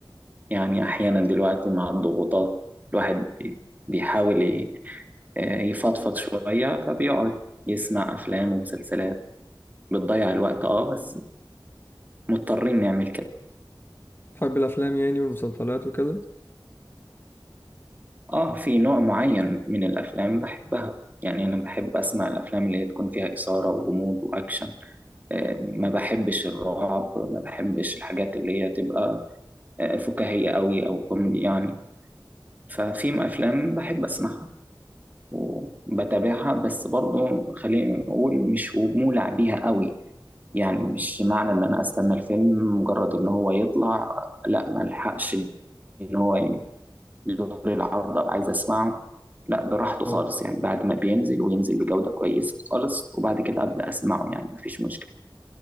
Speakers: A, on the right (about 20°); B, on the left (about 25°).
A: يعني احيانا دلوقتي مع الضغوطات الواحد بي- بيحاول ي- آه، يفضفض شويه فبيقعد يسمع افلام ومسلسلات بتضيع الوقت اه بس مضطرين نعمل كده
B: بتحب الافلام يعني والمسلسلات وكده؟
A: اه في نوع معين من الافلام بحبها يعني انا بحب اسمع الافلام اللي هي تكون فيها اثاره وغموض واكشن ما بحبش الرعب ما بحبش الحاجات اللي هي تبقى آه، فكاهية قوي أو كوميدي يعني ففي أفلام بحب أسمعها وبتابعها بس برضو خلينا نقول مش مولع بيها قوي يعني مش معنى إن أنا أستنى الفيلم مجرد إن هو يطلع لا ما الحقش إن هو يدور العرض أبقى عايز أسمعه لا براحته خالص
B: اه
A: يعني بعد ما بينزل وينزل بجودة كويسة خالص وبعد كده أبدأ أسمعه يعني مفيش مشكلة